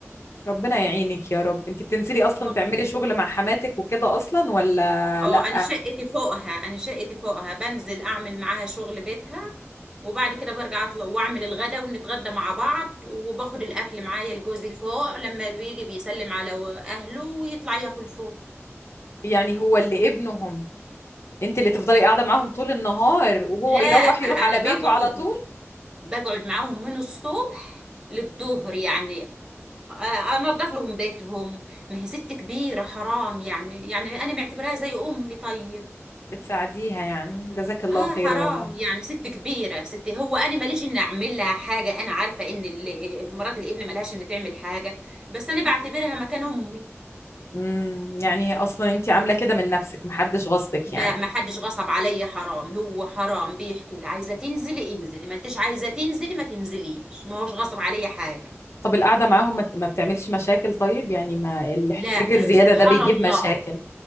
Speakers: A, on the left (about 60°); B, on the right (about 15°).
A: ربنا يعينك يا رب انت بتنزلي اصلا
B: وال-
A: تعملي شغل مع حماتك وكده اصلا ولا
B: اه
A: لا
B: انا شقتي فوقها انا شقتي فوقها بنزل اعمل معاها شغل بيتها وبعد كده برجع اطلع واعمل الغدا ونتغدى مع بعض وباخد الاكل معايا لجوزي فوق لما بيجي بيسلم على و- اهله ويطلع ياكل فوق
A: يعني هو اللي ابنهم انت اللي تفضلي قاعده معاهم طول النهار وهو
B: لا
A: يروح يروح
B: انا
A: على
B: بقعد
A: بيته على طول
B: بقعد معاهم من الصبح للظهر يعني انضف لهم بيتهم ما هي ست كبيره حرام يعني يعني انا معتبراها زي امي طيب
A: بتساعديها يعني جزاك الله
B: اه
A: خير
B: حرام
A: والله
B: يعني ست كبيره ست هو انا ماليش ان اعمل لها حاجه انا عارفه ان ال- مرات الابن ملهاش ان تعمل حاجه بس انا بعتبرها مكان امي
A: امم يعني اصلا انت عامله كده من نفسك محدش غصبك
B: لا
A: يعني
B: ما حدش غصب عليا حرام هو حرام بيحكي لي عايزه تنزلي انزلي ما انتش عايزه تنزلي ما تنزليش ما هوش غصب عليا حاجه
A: طب القعده معاهم ما ما بتعملش مشاكل طيب يعني ما الاحتكاك
B: لا
A: الزياده
B: آه، سبحان
A: ده بيجيب
B: الله
A: مشاكل